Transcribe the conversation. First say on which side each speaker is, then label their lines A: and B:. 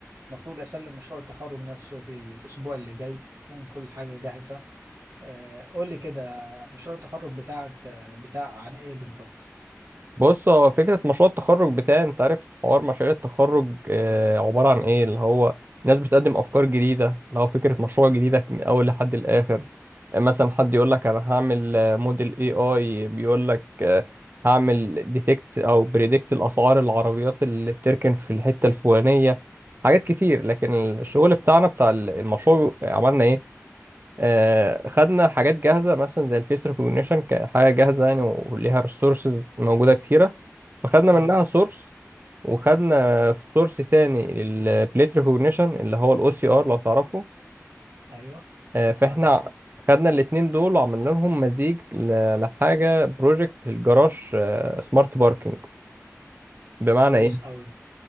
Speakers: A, on the right (about 75°); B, on the right (about 40°).
A: المفروض اسلم مشروع التخرج نفسه في الاسبوع اللي جاي تكون كل حاجة جاهزة آه، قول لي كده مشروع التخرج بتاعك آه، بتاع عن ايه بالضبط
B: بص هو فكرة مشروع التخرج بتاعي انت عارف حوار مشاريع التخرج آه، عبارة عن ايه اللي هو ناس بتقدم افكار جديدة اللي هو فكرة مشروع جديدة من اول لحد الاخر آه، مثلا حد يقول لك انا هعمل آه، موديل اي اي بيقول لك آه، هعمل ديتكت او بريدكت الاسعار العربيات اللي بتركن في الحتة الفلانية حاجات كتير لكن الشغل بتاعنا بتاع المشروع عملنا ايه آه، خدنا حاجات جاهزة مثلا زي الفيس ريكوجنيشن كحاجة جاهزة يعني وليها ريسورسز موجودة كتيرة فخدنا
A: اه
B: منها سورس وخدنا سورس تاني للبليت ريكوجنيشن اللي هو الاو سي ار لو تعرفه
A: ايوه
B: آه، فاحنا
A: عارفه
B: خدنا الاتنين دول وعملنا لهم مزيج ل- لحاجة بروجكت الجراج سمارت باركينج بمعنى
A: كويس
B: ايه
A: قوي